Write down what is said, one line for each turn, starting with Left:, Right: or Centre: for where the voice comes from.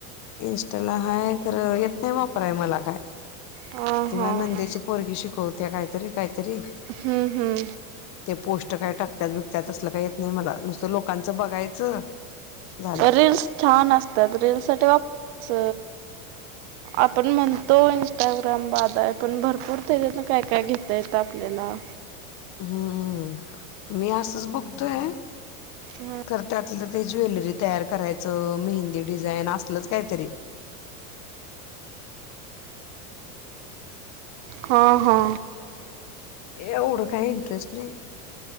Left: इंस्टाला हाय खरं येत नाही वापराय मला काय.
Right: हां
Left: तेव्हा
Right: हां,
Left: नंदेची पोरगी शिकवत्या काहीतरी काहीतरी
Right: हम हम.
Left: ते पोस्ट काय टाकत्यात बिकत्यात तसलं काय येत नाही मला नुसतं लोकांचं बघायचं. झालं
Right: रिल्स छान असतात रिल्स साठी वापरायच.
Left: <inaudible>
Right: आपण म्हणतो इंस्टाग्राम बाद आहे पण भरपूर त्याच्यातन काय काय घेता येतं आपल्याला.
Left: हम्म मी असच बघतोय
Right: हा
Left: खर त्यातलं ते ज्वेलरी तयार करायचं मेहंदी डिझाईन असलच काहीतरी. <inaudible>
Right: हा हा.
Left: एवढं काही इंटरेस्ट नाही.